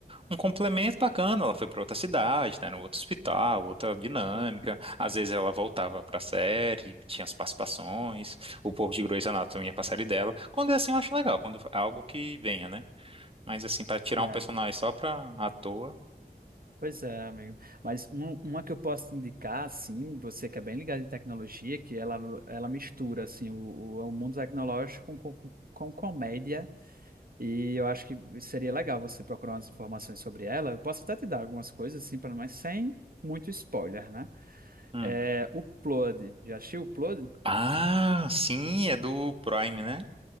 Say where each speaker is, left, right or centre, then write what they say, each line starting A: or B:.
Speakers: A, on the right; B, on the right.
A: um complemento bacana. Ela foi pra outra cidade, né, no outro hospital, outra dinâmica. Às vezes ela voltava pra série, tinha as participações, o povo de Grey's Anatomy ia pra série dela. Quando é assim, eu acho legal, quando é algo que venha, né? Mas assim, pra tirar
B: É,
A: um personagem só pra à toa.
B: pois é, amigo. Mas um- uma que eu posso te indicar, assim, você que é bem ligado em tecnologia, que ela, ela mistura, assim, o, o, o mundo tecnológico com, com, com comédia. E eu acho que seria legal você procurar umas informações sobre ela. Eu posso até te dar algumas coisas, assim, pra- mas sem muito spoiler, né?
A: hum.
B: É, o Upload. Já assistiu o Upload
A: Ah, sim, é do Prime, né?